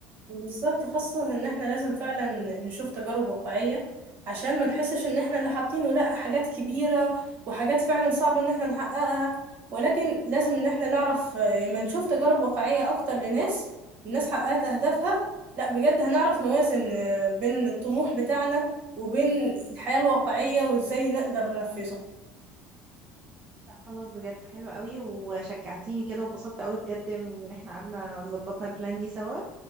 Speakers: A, on the right; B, on the right.
A: بالظبط خاصة ان احنا لازم فعلا نشوف تجارب واقعية عشان ما نحسش ان احنا اللي حاطينه لا حاجات كبيرة وحاجات فعلا صعبة ان احنا نحققها ولكن لازم ان احنا نعرف آه، لما نشوف تجارب واقعية اكتر لناس الناس حققت اهدافها لا بجد هنعرف نوازن آه، بين الطموح بتاعنا وبين الحياة الواقعية وازاي نقدر ننفذها
B: لا خلاص بجد حلو قوي وشجعتيني كده وبسطت قوي بجد ان احنا قعدنا ظبطنا البلان دي سوا